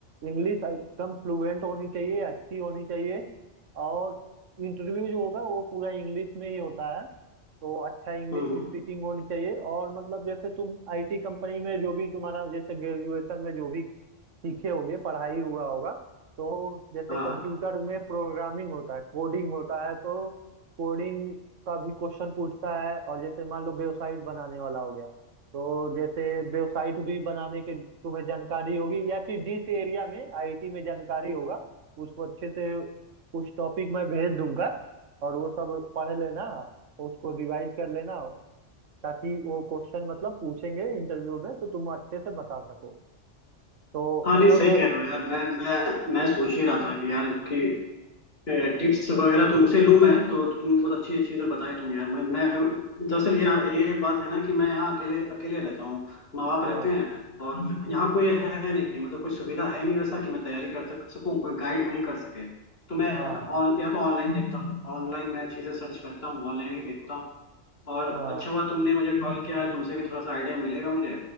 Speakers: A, on the right (about 85°); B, on the left (about 55°).
A: इंग्लिश एकदम फ्लुएंट होनी चाहिए अच्छी होनी चाहिए और इंटरव्यू जो होगा वो पूरा इंग्लिश में ही होता है तो अच्छा इंग्लिश
B: हम्म, हम्म,
A: स्पीकिंग होनी चाहिए और मतलब जैसे तुम आईटी कंपनी में जो भी तुम्हारा जैसे ग्रेजुएशन में जो भी सीखे होगे पढ़ाई हुआ होगा तो जैसे
B: हाँ
A: कंप्यूटर
B: हाँ
A: में प्रोग्रामिंग होता है कोडिंग होता है तो कोडिंग का भी क्वेश्चन पूछता है और जैसे मान लो वेबसाइट बनाने वाला हो गया तो जैसे वेबसाइट भी बनाने के तुम्हें जानकारी होगी या फिर जिस एरिया में आईटी में जानकारी होगा उसको अच्छे से कुछ टॉपिक मैं भेज दूंगा और वो सब पढ़ लेना उसको रिवाइज कर लेना ताकि वो क्वेश्चन मतलब पूछेंगे इंटरव्यू में तो तुम अच्छे से बता सको तो
B: हाँ,
A: मतलब
B: नहीं सही
A: मैं
B: कह रहे हो यार मैं मैं मैं सोच ही रहा था कि यार कि टिप्स वगैरह तुमसे लूं मैं तो, तो तुम बहुत अच्छी चीजें बताए तुम यार मैं मैं दरअसल ये ये बात है ना कि मैं यहाँ अकेले अकेले रहता हूँ माँ बाप
A: हाँ
B: रहते हैं और यहाँ कोई है नहीं मतलब कोई सुविधा है नहीं वैसा कि मैं तैयारी कर सक सकूँ कोई गाइड मुझे कर सके तो मैं
A: हाँ हाँ
B: ऑन, या तो ऑनलाइन देखता हूँ ऑनलाइन मैं चीजें सर्च करता हूँ ऑनलाइन ही देखता हूँ और
A: हाँ
B: अच्छा हुआ तुमने मुझे कॉल किया है तुमसे भी थोड़ा सा आइडिया मिलेगा मुझे